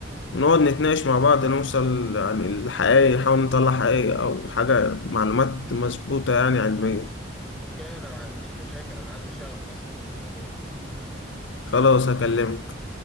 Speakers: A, on the left (about 70°); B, in the centre.
A: ونقعد نتناقش مع بعض نوصل يعني الحقيقة نحاول نطلع حقيقة أو حاجة معلومات مظبوطة يعني علمية
B: اوكي انا ما عنديش مشاكل انا عندي شغف اصلا بالموضوع ده
A: خلاص هكلمك